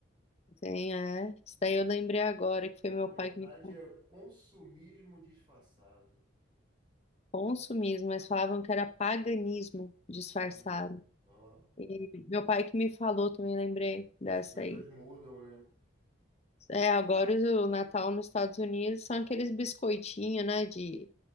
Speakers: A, on the left; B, on the right.
A: Sim, é. Isso daí eu lembrei agora que foi meu
B: Na verdade,
A: pai que me contou
B: é consumismo disfarçado.
A: consumismo, mas falavam que era paganismo disfarçado.
B: Olha, ó,
A: E meu pai que me falou também, lembrei dessa
B: as coisas
A: aí.
B: mudam, né?
A: É, agora o Natal nos Estados Unidos são aqueles biscoitinhos, né, de